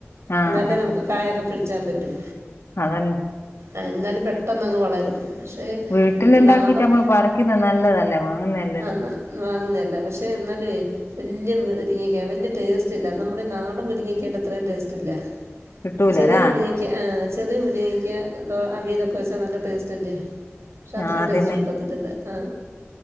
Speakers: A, on the left; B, on the right.
A: ആഹ്
B: എന്നാലെ
A: ആഹ്
B: നമുക്ക് കായൊക്കെ പിച്ചാൻ പറ്റും
A: അതന്നെ
B: ആഹ് എന്നാലും പെട്ടെന്നങ്ങ് വളരും. പക്ഷേ
A: വീട്ടിൽ ഉണ്ടാക്കിട്ട്
B: നാടൻ
A: നമ്മൾ പറിക്കുന്ന നല്ലതല്ലേ വാങ്ങുന്നതല്ലേല്ലോ
B: ആ വാങ്ങുന്നതല്ല പക്ഷേ എന്നാലും വലിയ മുരിങ്ങക്ക വലിയ ടേസ്റ്റ് ഇല്ല നമ്മുടെ ഈ നാടൻ മുരിങ്ങി <unintelligible> ഇത്രയും ടേസ്റ്റ് ഇല്ല
A: കിട്ടൂലരാ
B: ചെറിയ മുരിങ്ങക്ക് ചെറിയ മുരിങ്ങിക്കാ തേ അവിയലൊക്കെ വെച്ചാൽ നല്ല ടേസ്റ്റ് അല്ലേ പക്ഷേ അത്രയും
A: ആഹ് അതന്നെ
B: ടേസ്റ്റ് കിട്ടത്തിട്ടത് ആ